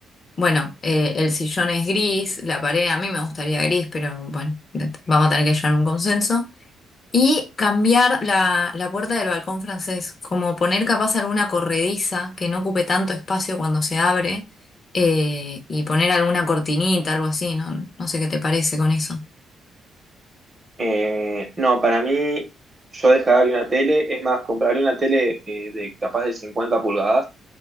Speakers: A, on the left; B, on the right.
A: bueno, eh, el sillón es gris, la pared a mí me gustaría gris, pero bueno, vamos a tener que llegar a un consenso. Y cambiar la, la puerta del balcón francés, como poner capaz alguna corrediza que no ocupe tanto espacio cuando se abre, eh, y poner alguna cortinita, algo así, ¿no? No sé qué te parece con eso.
B: Eh, no, para mí, yo dejaría una tele, es más, compraría una tele eh, de capaz de 50 pulgadas